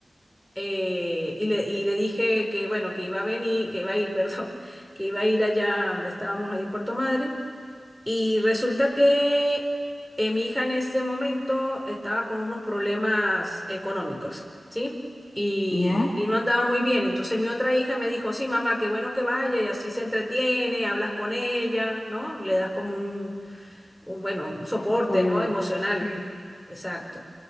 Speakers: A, in the centre; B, on the left.
A: eh, y le, y le dije que, bueno, que iba a venir, que iba a ir, <laughs> perdón, que iba a ir allá donde estábamos, ahí en Puerto Madre. Y resulta que eh, mi hija en ese momento estaba con unos problemas económicos, ¿sí? Y,
B: ya.
A: y no andaba muy bien. Entonces mi otra hija me dijo, sí, mamá, qué bueno que vaya y así se entretiene, hablas con ella, ¿no? Le das como un, un bueno, un soporte,
B: Apoyo.
A: ¿no? Emocional.
B: Sí.
A: Exacto.